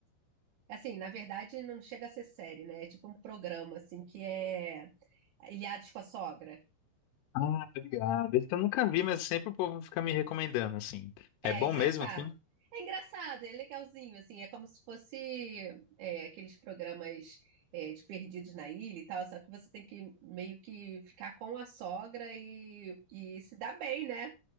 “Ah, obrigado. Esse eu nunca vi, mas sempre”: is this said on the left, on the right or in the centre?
Left